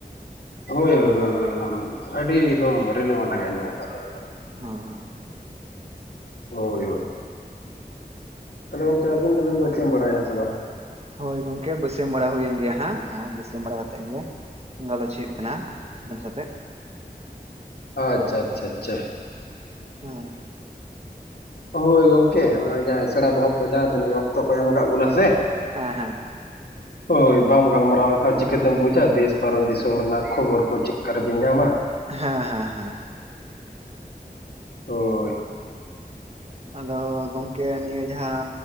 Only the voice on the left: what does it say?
ᱦᱳᱭ <unintelligible> ᱟᱹᱰᱤ ᱮᱠᱫᱚᱢ ᱨᱤᱞᱟᱹ ᱢᱟᱞᱟ ᱟᱸᱡᱚᱢᱚᱜ ᱠᱟᱱᱟ
ᱦᱳᱭ ᱦᱳᱭ ᱛᱟᱦᱚᱞᱮ ᱜᱚᱝᱠᱮ ᱟᱵᱤᱱ ᱫᱚᱵᱤᱱ ᱵᱟᱹᱥᱭᱟᱹᱢ ᱵᱟᱲᱟᱭᱮᱱᱟ ᱥᱮ ᱵᱟᱝ
ᱟᱪᱪᱷᱟ ᱟᱪᱪᱷᱟ ᱟᱪᱪᱷᱟ
ᱦᱳᱭ ᱜᱚᱝᱠᱮ ᱡᱟᱦᱟᱸᱭ ᱥᱮᱬᱟ ᱵᱚᱦᱚᱜ ᱠᱚ ᱡᱟᱦᱟᱸ ᱛᱤᱱᱟᱹᱜ ᱜᱮ ᱚᱠᱛᱚ ᱠᱚ ᱮᱢ ᱟᱠᱟᱫ ᱵᱚᱱᱟ ᱥᱮ
ᱦᱳᱭ ᱵᱟᱢ ᱜᱟᱞᱢᱟᱨᱟᱣ ᱞᱮᱠᱷᱟᱱ ᱪᱤᱠᱟᱹᱛᱮᱢ ᱵᱩᱡᱟ ᱫᱮᱥ ᱯᱟᱨᱚᱱ ᱫᱤᱥᱚᱢ ᱨᱮᱱᱟᱜ ᱠᱷᱚᱵᱚᱨ ᱠᱚ ᱪᱮᱜ ᱠᱟ ᱨᱮᱵᱤᱱ ᱧᱟᱢᱟ
ᱦᱚᱭ